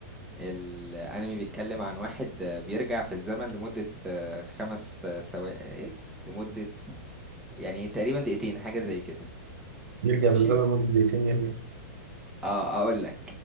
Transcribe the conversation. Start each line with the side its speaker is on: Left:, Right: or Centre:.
Centre: الانمي بيتكلم عن واحد بيرجع في الزمن لمده خمس سوا ايه لمدة يعني تقريبا دقيقتين حاجة زي كده
Right: يرجع
Centre: ماشي
Right: بالزمن لمدة دقيقتين يعني
Centre: اه اقول لك